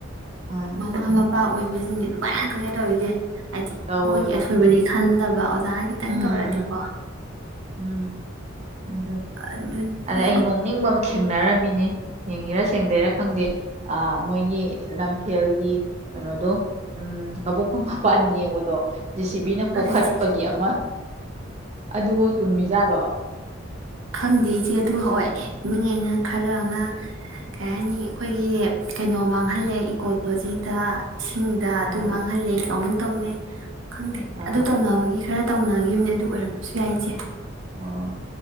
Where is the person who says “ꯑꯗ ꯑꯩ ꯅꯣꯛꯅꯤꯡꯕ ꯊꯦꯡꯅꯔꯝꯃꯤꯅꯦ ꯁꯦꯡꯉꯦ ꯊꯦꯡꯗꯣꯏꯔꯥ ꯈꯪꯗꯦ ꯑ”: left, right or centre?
Right